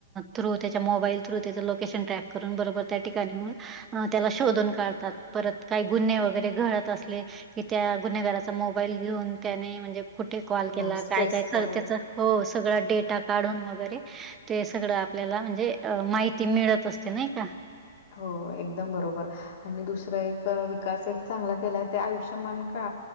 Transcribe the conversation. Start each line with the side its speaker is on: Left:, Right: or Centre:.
Right: थ्रू त्याच्या मोबाईल थ्रू त्याचं लोकेशन ट्रॅक करून बरोबर त्या ठिकाणी होऊन. अ त्याला शोधून काढतात परत काही गुन्हे वगैरे घळत असले. कि त्या गुन्हेगाराचा मोबाईल घेऊन त्याने म्हणजे कुठे कॉल
Left: हो
Right: केला
Left: स्ट्रेस
Right: काय काय त्याच
Left: करून
Right: हो सगळा डेटा काढून वगैरे ते सगळं आपल्याला म्हणजे माहिती मिळत असते नाही का?
Left: हो एकदम बरोबर. आणि दुसरं एक विकास एक चांगला केला आहे ते आयुष्यमान का